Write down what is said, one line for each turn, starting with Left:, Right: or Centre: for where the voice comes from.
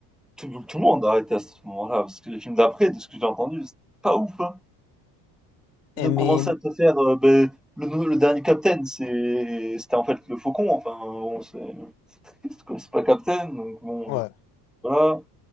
Centre: tout, tout le monde a arrêté à ce moment-là, parce que les films d'après, de ce que j'ai entendu, c'était pas ouf. hein.
Left: Et
Centre: Ils ont
Left: mais,
Centre: commencé à te faire euh, ben, le, nou- le dernier Captain, c'est- c'était en fait le Faucon. Enfin, bon, c'est c'est triste, quoi. C'est pas Captain, donc bon,
Left: ouais,
Centre: voilà.